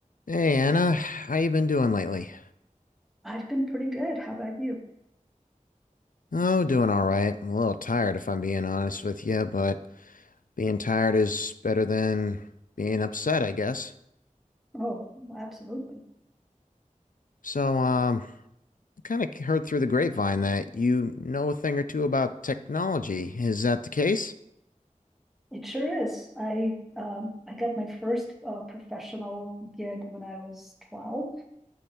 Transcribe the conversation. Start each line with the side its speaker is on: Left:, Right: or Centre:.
Left: Hey Anna, how you been doing lately?
Centre: I've been pretty good. How about you?
Left: Oh, doing all right. I'm a little tired if I'm being honest with you, but being tired is better than being upset, I guess.
Centre: Oh, absolutely.
Left: So, um, I kind of heard through the grapevine that you know a thing or two about technology. Is that the case?
Centre: It sure is. I um, I got my first uh, professional gig when I was 12.